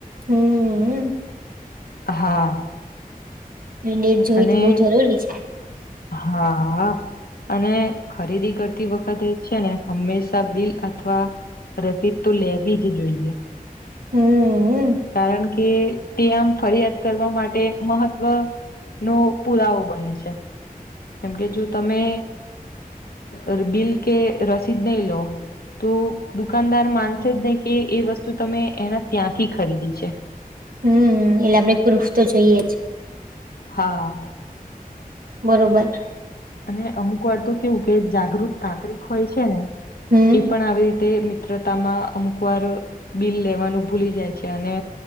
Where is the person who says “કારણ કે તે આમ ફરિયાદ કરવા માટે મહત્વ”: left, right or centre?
Left